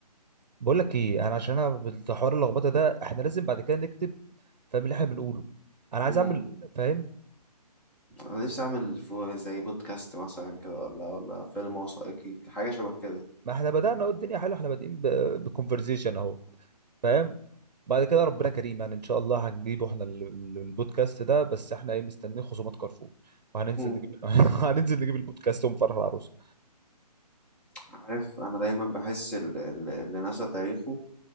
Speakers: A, on the right; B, in the centre.
A: بقول لك ايه انا عشان انا بالحوار اللخبطه ده احنا لازم بعد كده نكتب فاهم اللي احنا بنقوله انا عايز
B: امم
A: اعمل فاهم
B: انا نفسي اعمل فو- زي بودكاست مثلا كده ولا ولا فيلم وثائقي حاجة شبه كده
A: ما احنا بدأنا اهو الدنيا حلوه احنا بادئين بكونفرزيشن اهو فاهم بعد كده ربنا كريم يعني ان شاء الله هنجيبه احنا ال- ال- البودكاست ده بس احنا ايه مستنيين خصومات كارفور وهننزل
B: <laughs>
A: نجيب <laughs> هننزل نجيب البودكاست ونفرح العروس
B: عارف انا دايما بحس ال- ال- اللي نسى تاريخه